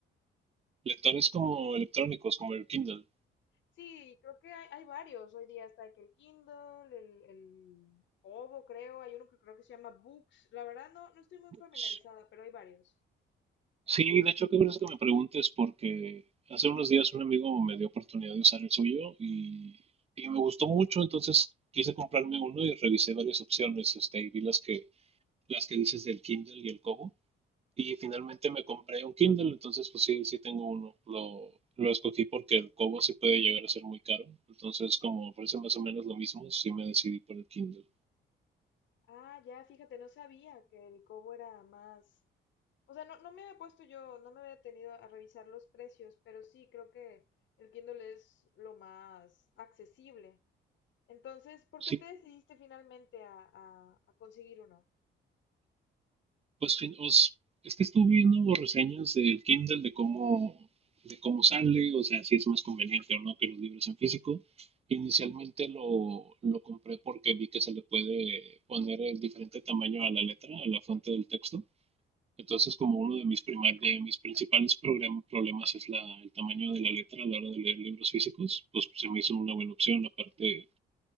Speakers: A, on the right (about 30°); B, on the left (about 70°).
A: Lectores como electrónicos, como el Kindle
B: Sí, creo que hay, hay varios. Hoy día está que el Kindle, el, el Kobo, creo. Hay uno que creo que se llama Books. La verdad no, no estoy muy
A: Books.
B: familiarizada, pero hay varios.
A: Sí, de hecho, qué curioso que me preguntes porque hace unos días un amigo me dio oportunidad de usar el suyo y, y me gustó mucho, entonces quise comprarme uno y revisé varias opciones, este, y vi las que, las que dices del Kindle y el Kobo. Y finalmente me compré un Kindle, entonces pues sí, sí tengo uno. Lo, lo escogí porque el Kobo sí puede llegar a ser muy caro. Entonces, como ofrece más o menos lo mismo, sí me decidí por el Kindle.
B: Ah, ya, fíjate, no sabía que el cobo era más... O sea, no, no me había puesto yo, no me había detenido a revisar los precios, pero sí creo que el Kindle es lo más accesible. Entonces, ¿por
A: Sí,
B: qué te decidiste finalmente a, a- a conseguir uno?
A: pues fin- os- es que estuve viendo reseñas del Kindle de cómo, de cómo sale, o sea, si es más conveniente o no que los libros en físico. Inicialmente lo, lo compré porque vi que se le puede poner el diferente tamaño a la letra, a la fuente del texto. Entonces, como uno de mis, prima- de mis principales program- problemas es la, el tamaño de la letra a la hora de leer libros físicos, pues se me hizo una buena opción. Aparte,